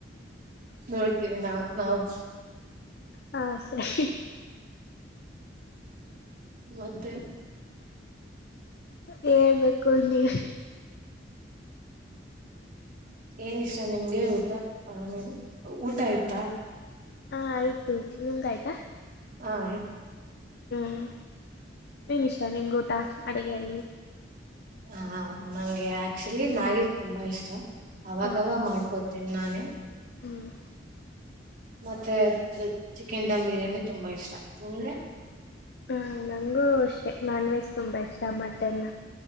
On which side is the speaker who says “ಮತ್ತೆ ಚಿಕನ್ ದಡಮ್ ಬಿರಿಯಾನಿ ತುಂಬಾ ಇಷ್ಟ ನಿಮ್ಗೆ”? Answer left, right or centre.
Right